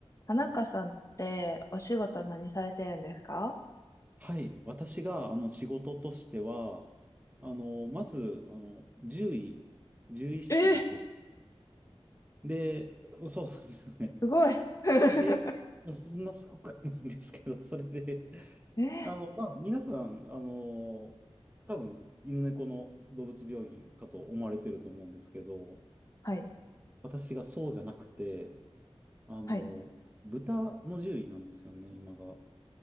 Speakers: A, on the left (about 30°); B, on the right (about 15°).
A: 田中さんってお仕事何されてるんですか
B: はい。私が、あの、仕事としては、あの、まず、あの、獣医、獣医師で、
A: えー
B: で、そうなんですよね。
A: すごい。<laughs>
B: で、そんなすごくはないんですけど、それで、
A: えー
B: あの、まあ、皆さん、あの、多分、犬猫の動物病院かと思われてると思うんですけど、
A: はい、
B: 私がそうじゃなくて、あの、
A: はい。
B: 豚の獣医なんですよね、今が。